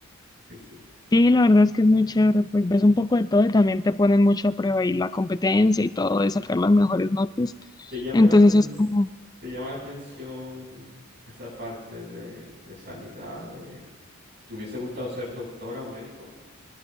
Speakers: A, on the right; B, on the left.
A: Sí, sí, sí, sí.
B: Sí, la verdad es que es muy chévere, pues ves un poco de todo y también te ponen mucho a prueba y la competencia y todo de sacar las mejores notas.
A: ¿Te llama
B: Entonces
A: la aten-
B: es como,
A: te llama la atención esa parte de, de sanidad? de- ¿Te hubiese gustado ser doctora o médico?